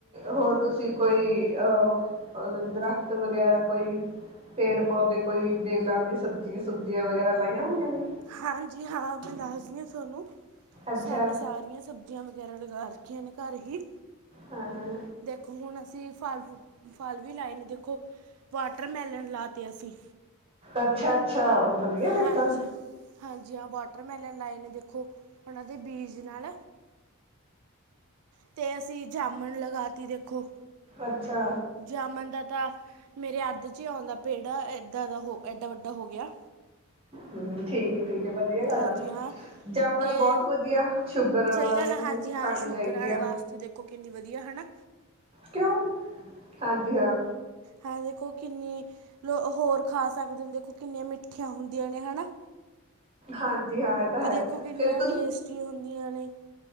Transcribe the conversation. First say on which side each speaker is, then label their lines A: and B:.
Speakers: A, on the right; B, on the right.
A: ਹੋਰ ਤੁਸੀ ਕੋਈ ਅ ਦਰਖਤ ਵਗੈਰਾ ਕੋਈ- ਪੇੜ ਪੌਦੇ ਕੋਈ ਵੇਲਾ ਦੀ ਸਬਜੀ ਸੁਬਜ਼ੀਆਂ ਵਗੈਰਾ ਲਾਈਆਂ ਹੋਈਆਂ ਨੇ-
B: ਹਾਂਜੀ ਹਾਂ ਮੈ ਦੱਸਦੀ ਹਾਂ ਤੁਹਾਨੂੰ
A: ਅੱਛਾ
B: ਸਾਡੇ ਸਾਰੀਆਂ ਸਬਜੀ - ਈਆਂ ਵਗੈਰਾ ਲਗਾ ਰੱਖੀਆਂ ਨੇ ਘਰ ਹੀ
A: ਹਾਂ ਹਾਂ
B: ਦੇਖੋ ਹੁਣ ਅਸੀਂ ਫਲ ਫੂ ਫਲ ਵੀ ਲਾਏ ਨੇ ਦੇਖੋ ਵਾਟਰਮੈਲਨ ਲਾ ਤੇ ਅਸੀਂ
A: ਅੱਛਾ ਅੱਛਾ ਵਧੀਆ ਫਿਰ
B: ਹਾਂਜੀ
A: ਤਾਂ
B: ਹਾਂਜੀ ਹਾਂ ਵਾਟਰਮੈਲਨ ਲਾਏ ਨੇ ਦੇਖੋ ਉਹਨਾਂ ਦੇ ਬੀਜ ਨਾਲ ਅਤੇ ਅਸੀਂ ਜਾਮਣ ਲਗਾ ਤੇ ਦੇਖੋ
A: ਅੱਛਾ
B: ਜਾਮਣ ਦਾ ਤਾਂ ਮੇਰੇ ਅੱਧ ਚ ਹੀ ਆਉਂਦਾ ਪੇੜ ਇਦਾਂ ਦਾ ਹੋ ਏਡਾ ਵੱਡਾ ਹੋ ਗਿਆ
A: ਹੂੰ ਠੀਕ ਠੀਕ ਹੈ ਵਧੀਆ ਗੱਲ
B: ਹਾਂਜੀ।
A: ਆ
B: ਜੀ ਹਾਂ
A: ਜਾਮਣ
B: ਤੇ
A: ਬਹੁਤ ਵਧੀਆ ਸ਼ੂਗਰ
B: ਸਹੀ
A: ਵਾਲੇ
B: ਗੱਲ ਹੈ
A: ਨੂੰ
B: ਹਾਂਜੀ ਹਾਂ
A: ਖਾਣੀ
B: ਸ਼ੂਗਰ
A: ਚਾਹੀਦੀ
B: ਵਾਲੇ
A: ਆ
B: ਵਾਸਤੇ ਦੇਖੋ ਕਿੰਨੀ ਵਧੀਆ ਹਨਾ
A: ਕਿਉਂ ਹਾਂਜੀ ਹਾਂ
B: ਹੈਂ ਦੇਖੋ ਕਿੰਨੀ ਲੋ ਹੋਰ ਖਾ ਸਕਦੇ ਹੋ ਦੇਖੋ ਕਿੰਨੀਆਂ ਮਿੱਠੀਆਂ ਹੁੰਦੀਆਂ ਹ ਨੇ ਹਨਾ
A: ਹਾਂਜੀ ਹਾਂ ਇਹ ਤਾਂ ਹੈ
B: ਵੀ ਦੇਖੋ ਕਿੰਨੀਆਂ
A: ਫਿਰ
B: ਟੇਸਟੀ ਹੁੰਦੀਆਂ ਨੇ